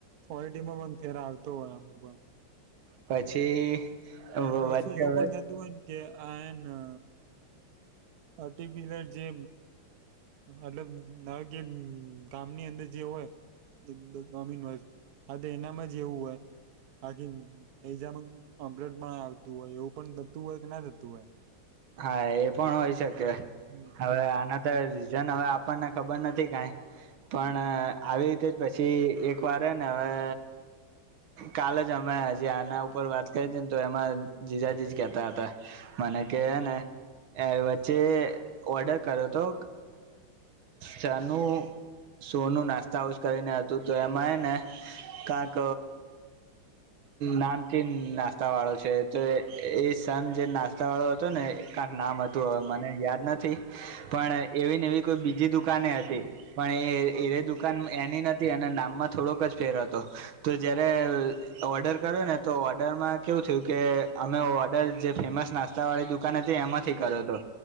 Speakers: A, on the right; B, on the right.
A: ઓટીમાં પણ ફેર આવતો હોય અમુક વાર.
B: પછી ઓ વચચે
A: પાછું એવું
B: હવે.
A: પણ થતું હોય ને કે આ પટીલર જે. એતલબ નાવે કે કામની અંદર જે હોય. ડોમિનોઝસ હોય આ તો એનામાં જ એવું હોય. બાકી એજમાંપટ પણ આવતું હોય એવું પણ થતું હોય કે ના થતું હોય.
B: હા એ પણ હોય શકે
A: હમ્મ.
B: હવે આના રીઝન હવે આપણને ખબર નથી કાય. પણ આવી રીતે જ પછી એક વાર ને હવે કલે જ અમે હજી આના ઉપર વાત કરી હતી ને તો એમાં જીજાજીજ કેતા હતા. મને કે એને એ વચ્ચે ઓર્ડર કરી યો તો ચાનું સોનું નાસ્તાસ કરીને હતું તો એમાં એ ને કાંક નામકીન નાસ્તા વાળો છે તો એ સન જે નાસ્તા વાળો. ને કંક નામ હતું હવે
A: હા
B: મને યાદ નથી પણ એવી ને એવી કોઈ બી બીજી દુકાને હતી પણ એ એ દુકાન એની નથી અને નામમાં થોડોક જ ફેર હતો. તો જયારે. ઓર્ડર કર્યો ને તો ઓર્ડરમાં કેવું થયું કે અમે ઓર્ડર જે ફેમસ નાસ્તા નાસ્તા વાળી દુકાન હતી એમાંથી કર્યો તો.